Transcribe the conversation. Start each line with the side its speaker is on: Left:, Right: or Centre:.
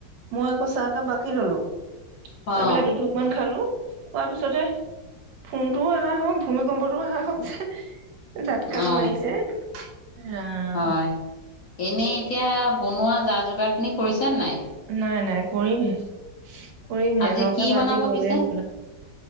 Right: মই আকৌ চাহকাহ বাকি ললো
Left: অ
Right: ৰৈ পেলাই দুটোক মান খালো কোৱাৰ পিছতে ফোনটো ও অহা হল ভূমিকম্পটোও অহা হওক যে জাতকাটো
Left: অ
Right: মাৰিছে ৰাম
Left: হয় এনেই এতিয়া বনোৱা যা যোগাৰ খিনি কৰিছে নে নাই
Right: নাই নাই কৰিমহে কৰিমহে
Left: আজি
Right: নটা
Left: কি
Right: বাজি
Left: বনাব
Right: গলেই
Left: পিছে
Right: হ'ল